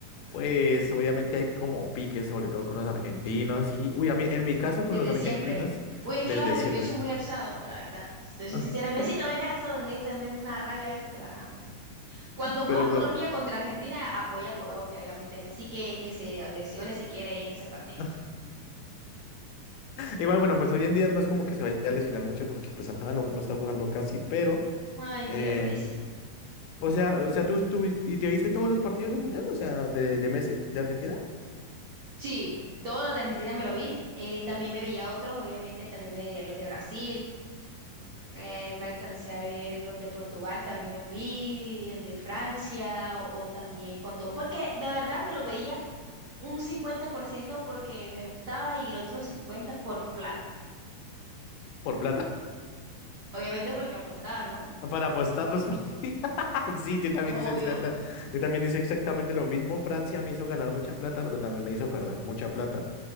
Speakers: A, on the left; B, on the right.
A: pues obviamente hay como piques, sobre todo con los argentinos y, uy, a mí, en mi caso
B: Desde
A: con los argentinos,
B: siempre. Uy, es
A: desde
B: que los argentinos
A: siempre.
B: son muy alzados, la verdad. Si te soy
A: <laughs>
B: sincera, Messi también es alzado, Messi también es una rabia a veces, pero ajá. Cuando
A: Pero
B: juega Colombia
A: pues,
B: contra Argentina, apoya a Colombia, obviamente. Messi que, que se lesione si quiere en ese partido.
A: <laughs> Igual, bueno, pues hoy en día no es como que se vaya a lesionar mucho porque, pues, ajá, no, no está jugando casi, pero,
B: Ay, mira,
A: eh,
B: pobrecito.
A: o sea, o sea, tú, tú, ¿y te viste todos los partidos del Mundial? O sea, de, de Messi, de Argentina,
B: Sí, todos los de Argentina me lo vi. Eh, también me veía otros, obviamente, también me veía los de Brasil. Eh, me alcancé a ver los de Portugal, también los vi, el de Francia, o, o también cuando, porque la verdad me lo veía un 50% porque me gustaba y el otro cincuenta por plata.
A: por plata,
B: Obviamente porque apostaba, ¿no?
A: para apostar los partidos. <laughs> Sí, yo también
B: Obvio.
A: hice exacta- yo también hice exactamente lo mismo. Francia me hizo ganar mucha plata, pero también me hizo perder mucha plata.